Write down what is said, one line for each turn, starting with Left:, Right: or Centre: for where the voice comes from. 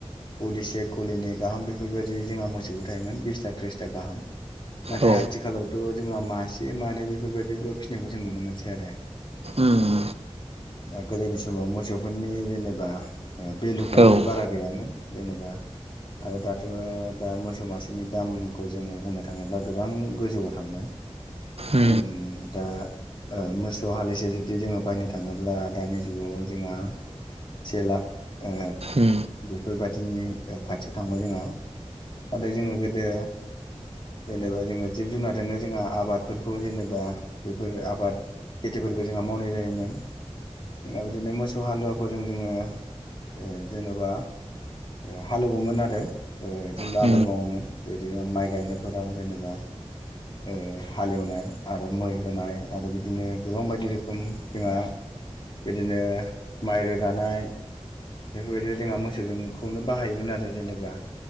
Left: गलिसे गलिनै गाहाम बेफोरबायदि जोंहा मोसौबो थायोमोन बिसथा थ्रिसथा गाहाम नाथाय
Right: औ
Left: आथिखालावथ' जोंहा मासे मानै बेफोरबायदिल' फिसिनायखौ जों नुनो मोनसै आरो
Right: उम
Left: दा गोदोनि समाव मोसौफोरनि जेनेबा ओ भेलुफोराबो
Right: औ उम
Left: बारा गैयामोन। जेनेबा आरो दाथ' दा मोसौ मासेनि दामखौ जोङो बुंनो थाङोब्ला गोबां गोजौआव थांबाय
Right: उम
Left: जों दा ओ मोसौ हालिसे जुदि जोङो बायनो थाङोब्ला दानि जुगाव जोंहा से लाख ओ
Right: उम
Left: फोरबायदिनि ओ खाथियाव थांबाय जोंहा आरो जोङो गोदो जेनेबा जोङो जिब जुनारजोंनो जोंहा आबादफोरखौ जेनेबा बेफोर आबाद खेथिफोरखौ जोंहा मावनाय जायोमोन। जोंना बिदिनो मोसौ हालुवा फोरजों जोङो ओ जेनेबा ओ हालोवोमोन आरो ओ जेनेबा
Right: उम
Left: आबाद मावोमोन जेरै जों माइ गायनायफोराव जेनेबा ओ हालेवनाय आरो मै होनाय आरो बिदिनो गोबां बायदि रोखोम जोंहा बिदिनो माइ रोगानाय बेफोरबायदियाव जोंहा मोसौजों खौनो बाहायोमोन आरो जेनेबा।